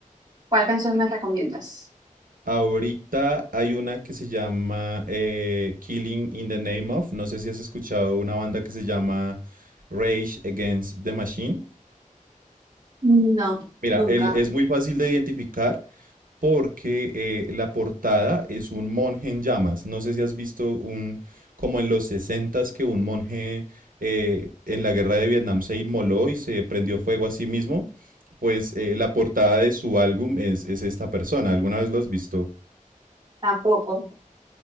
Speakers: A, on the right; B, on the right.
A: ¿Cuál canción me recomiendas?
B: Ahorita hay una que se llama eh, Killing in the Name of. No sé si has escuchado una banda que se llama Rage Against the Machine.
A: No,
B: Mira,
A: nunca,
B: él es muy fácil de identificar porque eh, la portada es un monje en llamas. No sé si has visto un, como en los 60s, que un monje eh, en la guerra de Vietnam se inmoló y se prendió fuego a sí mismo. Pues eh, la portada de su álbum es, es esta persona. ¿Alguna vez lo has visto?
A: tampoco.